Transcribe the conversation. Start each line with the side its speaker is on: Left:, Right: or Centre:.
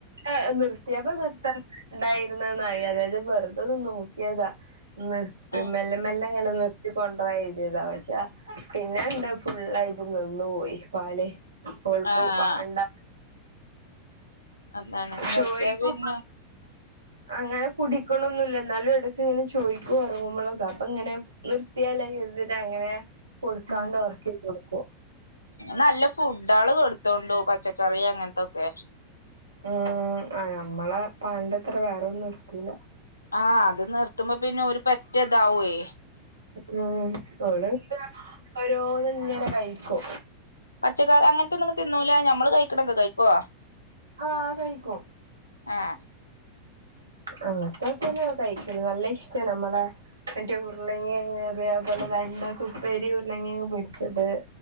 Right: <unintelligible> നിർത്തിയപ്പ നിർത്ത ഉണ്ടായിരുന്നന്നായി അതായത് വെറുത ഒന്ന് നോക്കിയതാ നിർത്തല്ല
Left: ആഹ്
Right: മെല്ല അങ്ങനെ നിർത്തിക്കൊണ്ട ഇതിതാ പക്ഷേ പിന്നെണ്ട് ഫുുള്ളായിട്ട് നിന്നു പോോയി പാല് കൊഴപ്പ
Left: ആഹ്
Right: വേണ്ട
Left: അതാണ്
Right: ശയിക്ക
Left: നിർത്തിയ പിന്നെ
Right: അങ്ങനെ കുടിക്കണൊന്നില്ല എന്നാലും ഇടക്ക ഇങ്ങനെ ചോദിക്കും ഉറങ്ങുമ്പോളൊക്കെ അപ്പൊ ഇങ്ങനെ നിർത്തിയ ട്ട് അങ്ങനെ കൊടുക്കാണ്ട്
Left: ഉം
Right: ഉറക്ക ചെയത് കൊടുക്കും
Left: നല്ല ഫുഡ ആള് കൊടുത്തോണ്ട പച്ചക്കറി അങ്ങനത്തൊക്കെ
Right: ഉം ഞമ്മളെ പാലിന്റെ അത്ര വേറെ ഒന്നും ഇർക്കൂല
Left: ആഹ അത് നിർത്തുമ്പോ പിന്നെ ഒരു പറ്റതാവേ
Right: ഉം ഓളങ്ങ ഓരോന്നും ഇങ്ങനെ കഴിക്കോ
Left: പച്ചക്കറിർ അങ്ങനത്തെ ഒന്നും തിന്നൂല നമ്മള് കഴിക്കണ എന്തോ കഴിക്കുവ
Right: ആഹ കഴിക്കോ
Left: ആഹ്
Right: അങ്ങത്തെക്കന്നെ കഴിക്കു നല്ല ഇഷ്ട നമ്മളെ എന്റെ ഉരുളങ്ങ അ പോലെ രണ്ട കുപ്പേരി ഉരുളങ്ങങ് പിടിച്ചത്